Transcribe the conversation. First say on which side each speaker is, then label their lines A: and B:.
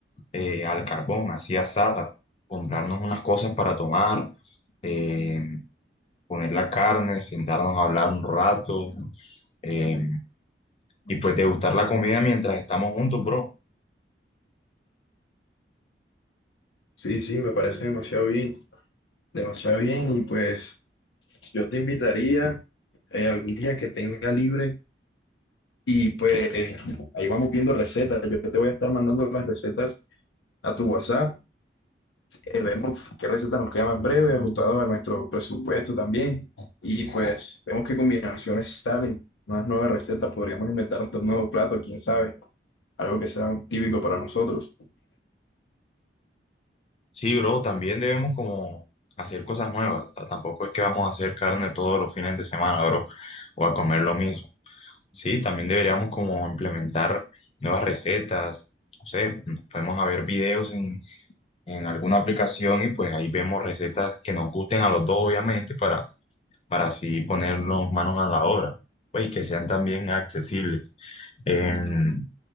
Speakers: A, on the left; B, on the left.
A: eh, al carbón, así asada, comprarnos unas cosas para tomar. eh, poner la carne, sentarnos a hablar un rato eh, y pues degustar la comida mientras estamos juntos, bro.
B: Sí, sí, me parece demasiado bien, demasiado bien y pues yo te invitaría eh, algún día que tenga libre y pues ahí vamos viendo recetas, yo te voy a estar mandando las recetas a tu WhatsApp eh, vemos qué receta nos queda más breve, ajustado a nuestro presupuesto también. Y pues vemos qué combinaciones salen, unas nuevas recetas, podríamos inventar hasta un nuevo plato, quién sabe, algo que sea típico para nosotros.
A: Sí, bro, también debemos como hacer cosas nuevas. O sea, tampoco es que vamos a hacer carne todos los fines de semana, bro, o a comer lo mismo. Sí, también deberíamos como implementar nuevas recetas. No sé, podemos a ver videos en, en alguna aplicación y pues ahí vemos recetas que nos gusten a los dos, obviamente, para para así ponernos manos a la obra, pues y que sean también accesibles. Em,